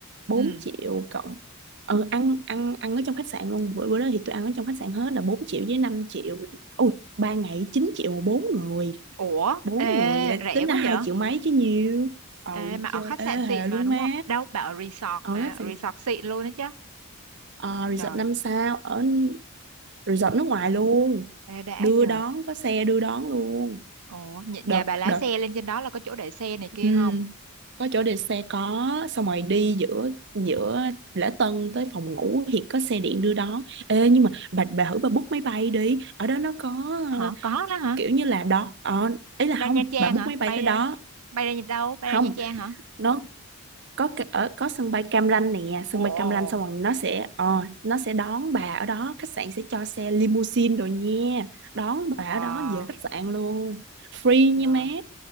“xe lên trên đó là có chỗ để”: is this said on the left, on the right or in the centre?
Right